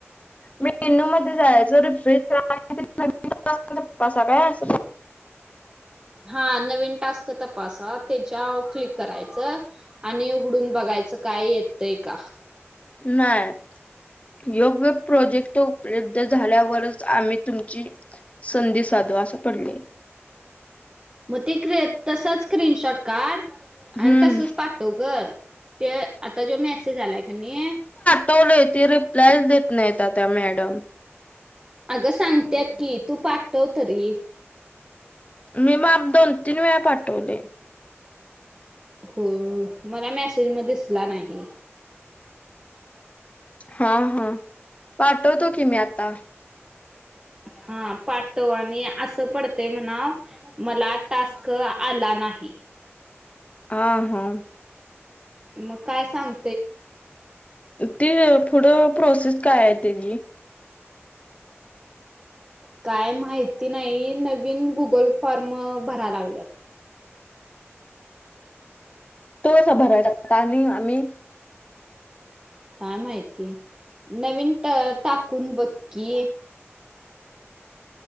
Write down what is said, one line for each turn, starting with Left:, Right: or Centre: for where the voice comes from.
Left: मेनू मध्ये जायचं रिफ्रेश <inaudible> <inaudible> असा काय अस
Right: हा नवीन टास्क तपासा त्याच्या क्लिक करायचं आणि उघडून बघाय काही येतंय का?
Left: नाही योग्य प्रोजेक्ट उपलब्ध झाल्यावरच. आम्ही तुमची संधी साधू असं पडलय.
Right: मग ते क तसच स्क्रीनशॉट काढ
Left: हम्म
Right: आणि तसच पाठव ग. ते आता जो मेसेज आलाय काणी.
Left: हवले त रिप्लाय देत नाहीत त्या मॅडम.
Right: अगं सांगत्यात की तू पाठव तरी.
Left: मी माप दोन-तीन वेळा पाठवले.
Right: हो मला मेसेज म दिसला नाही.
Left: हा हा पाठवतो की मी आता.
Right: हा पाठव आणि असं पडतय म्हणा मला टास्क आला नाही.
Left: हा हा.
Right: मग काय सांग?
Left: ती पुुढं प्रोसेस काय आहे त्याची?
Right: काय माहिती नाही नवीन गुगल फॉर्म. भरा लागल्यात.
Left: तो कसं भरायचा आता आम्ही?
Right: काय माहिती नवीन टाकून बक्की.